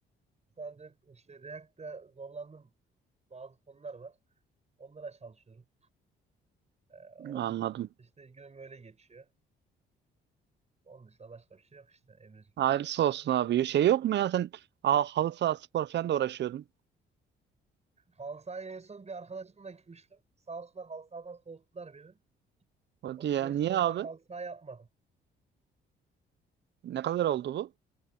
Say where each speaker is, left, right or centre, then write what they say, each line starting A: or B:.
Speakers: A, on the right; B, on the right.
A: Şu anda işte React'ta zorlandığım bazı konular var. Onlara çalışıyorum. Ee, onun
B: Anladım.
A: dışında işte günüm öyle geçiyor. Onun dışında başka bir şey yok işte Emre'ciğim.
B: Hayırlısı olsun abi. Şey yok mu ya sen aa, halı saha spor falan da uğraşıyordun.
A: Halı sahaya en son bir arkadaşımla gitmiştim. Sağ olsunlar halı sahadan soğuttular beni.
B: Hadi
A: O günden
B: ya
A: sonra
B: niye
A: daha
B: abi?
A: halı saha yapmadım.
B: Ne kadar oldu bu?